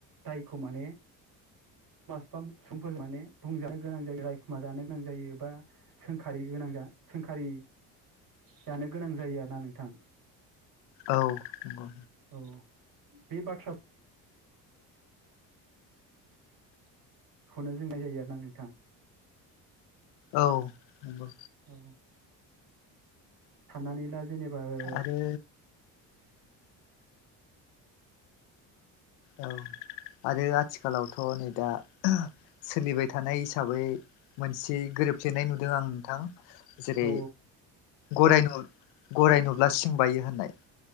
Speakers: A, on the right; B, on the left.
A: दायखौ माने <unintelligible> बुंजानो गोनां जायो रायखुमा जानो गोनां जायो एबा सोंखारि गोनां सोंखारि जानो गोनां जायो आरोना नोंथां
B: औ नंगौ
A: औ बे बाथ्रा खौनो जोंनाय जायो आरोना नोंथां
B: औ नंगौ
A: औ साननानै ला जेनेबा ओ
B: आरो औ आरो आथिखालावथ नै दा सोलिबाय थानाय हिसाबै मोनसे गोरोबफ्लेनाय नुदों आं नोंथां जेरै
A: औ
B: गरायनु गराय नुब्ला सिं बायो होननायश्